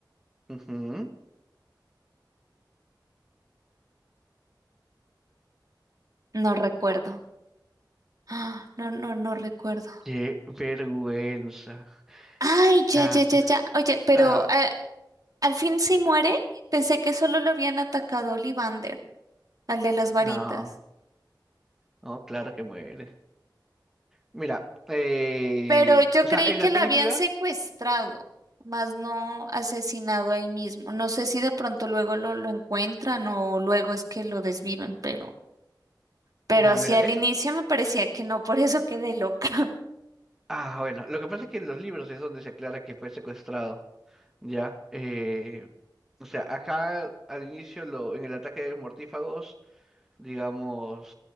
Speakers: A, in the centre; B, on the right.
A: Ujú.
B: No recuerdo. <gasps> Ah, No, no, no recuerdo.
A: Qué vergüenza.
B: Ay, ya,
A: Ah,
B: ya, ya, ya. Oye, pero
A: ah,
B: eh, al fin sí muere. Pensé que solo lo habían atacado a Ollivander, al de las varitas.
A: no, no, claro que muere. Mira, eh,
B: Pero yo
A: o
B: creí
A: sea, en
B: que
A: la
B: la
A: película,
B: habían secuestrado, más no asesinado ahí mismo. No sé si de pronto luego lo, lo encuentran o luego es que lo desviven, pero, pero
A: ya,
B: hacia
A: mira,
B: el
A: es,
B: inicio me parecía que no, por eso quedé loca. <laughs>
A: ah, bueno, lo que pasa es que en los libros es donde se aclara que fue secuestrado, ya, eh, o sea, acá al inicio, lo, en el ataque de mortífagos, digamos,